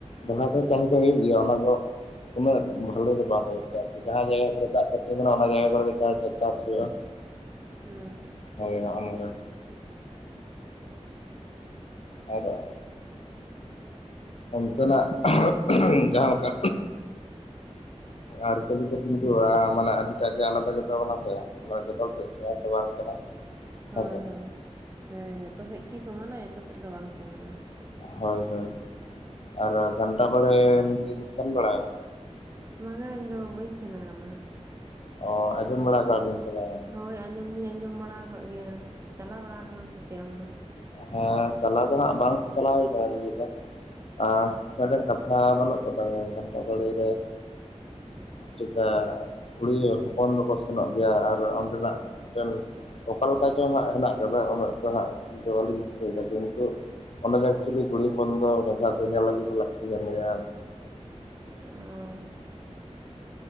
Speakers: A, on the left; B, on the right.
A: ᱡᱟᱦᱟᱸ ᱪᱟᱥ ᱫᱚ ᱦᱩᱭᱩᱜ ᱜᱮᱭᱟ ᱚᱱᱟ ᱫᱚ ᱩᱱᱟᱹᱜ ᱵᱷᱟᱞᱮ ᱫᱚ ᱵᱟᱝ ᱡᱟᱦᱟᱸ ᱡᱟᱭᱜᱟ ᱠᱚᱨᱮ ᱫᱟᱜ ᱠᱚᱛᱤ ᱠᱟᱱᱟ ᱚᱱᱟ ᱡᱟᱭᱜᱟ ᱠᱚᱨᱮ ᱜᱮ ᱪᱟᱥ ᱦᱩᱭᱩᱜᱼᱟ
B: ᱦᱳᱭ
A: ᱦᱳᱭ ᱱᱚᱜᱚᱭ ᱱᱚᱝᱠᱟ ᱟᱫᱚ ᱚᱱᱛᱮᱱᱟᱜ ᱡᱟᱦᱟᱸ ᱞᱮᱠᱟ ᱟᱹᱨᱤᱪᱟᱹᱞᱤ ᱫᱚ ᱠᱤᱱᱛᱩ ᱢᱟᱱᱮ ᱟᱹᱰᱤᱴᱟᱜ ᱜᱮ ᱟᱞᱟᱫᱟ ᱜᱮᱛᱟ ᱵᱚᱱᱟ ᱥᱮ ᱢᱟ ᱡᱚᱛᱚ ᱦᱚᱲ ᱥᱮᱫ ᱥᱚᱢᱟᱱ ᱫᱚ ᱵᱟᱝ ᱠᱟᱱᱟ
B: ᱦᱳᱭ
A: ᱦᱮᱸᱥᱮ
B: ᱦᱳᱭ ᱦᱮᱸ ᱡᱚᱛᱚ ᱥᱮᱫ ᱠᱤ ᱥᱚᱢᱟᱱᱟ ᱡᱚᱛᱚ ᱥᱮᱫ ᱫᱚ ᱵᱟᱝ ᱥᱚᱢᱟᱱᱟ
A: ᱦᱳᱭ ᱦᱳᱭ ᱟᱨ ᱜᱷᱟᱱᱴᱟ ᱵᱟᱲᱮ ᱵᱤᱱ ᱥᱮᱱ ᱵᱟᱲᱟ ᱟᱠᱟᱱᱟ
B: ᱵᱟᱝᱟ ᱤᱧᱫᱚ ᱵᱟᱹᱧ ᱥᱮᱱ ᱟᱠᱟᱱᱟ
A: ᱚ ᱟᱸᱡᱚᱢ ᱵᱟᱲᱟ ᱟᱠᱟᱜ ᱵᱤᱱ ᱥᱮ ᱵᱟᱝ
B: ᱦᱳᱭ ᱟᱸᱡᱚᱢ ᱫᱩᱧ ᱟᱸᱡᱚᱢ ᱵᱟᱲᱟ ᱟᱠᱟᱫ ᱜᱮᱭᱟ ᱪᱟᱞᱟᱣ ᱵᱟᱲᱟ ᱠᱟᱱᱟᱢ ᱥᱮ ᱪᱮᱫ ᱟᱢ ᱫᱚ
A: ᱦᱮᱸ ᱪᱟᱞᱟᱣ ᱫᱚ ᱦᱟᱸᱜ ᱵᱟᱝ ᱪᱟᱞᱟᱣ ᱦᱩᱭ ᱠᱟᱱᱟ ᱢᱤᱫᱴᱮᱱ ᱠᱟᱛᱷᱟ ᱵᱟᱹᱱᱩᱜ ᱠᱟᱫᱟ ᱜᱷᱟᱱᱴᱟ ᱵᱟᱲᱮ ᱨᱮ ᱪᱮᱠᱟ ᱠᱩᱲᱤ ᱦᱚᱯᱚᱱ ᱫᱚᱠᱚ ᱥᱮᱱᱚᱜ ᱜᱮᱭᱟ ᱟᱨ ᱚᱸᱰᱮᱱᱟᱜ ᱢᱤᱫᱴᱮᱱ ᱚᱠᱟ ᱞᱮᱠᱟ ᱪᱚᱝ ᱦᱟᱸᱜ ᱦᱮᱱᱟᱜ ᱠᱟᱫᱟ ᱩᱱᱟᱹᱜ ᱪᱚ ᱦᱟᱸᱜ ᱫᱚ ᱵᱟᱹᱞᱤᱧ ᱫᱤᱥᱟᱹᱭᱮᱫᱟ ᱠᱤᱱᱛᱩ ᱚᱸᱰᱮ ᱫᱚ ᱮᱠᱪᱩᱭᱮᱞᱤ ᱠᱩᱲᱤ ᱦᱚᱯᱚᱱ ᱫᱚ ᱡᱟᱦᱟᱸᱯᱮ ᱧᱮᱞ ᱟᱹᱜᱩᱭ ᱫᱟ ᱞᱟᱹᱠᱛᱤ ᱠᱟᱱ ᱜᱮᱭᱟ
B: ᱚ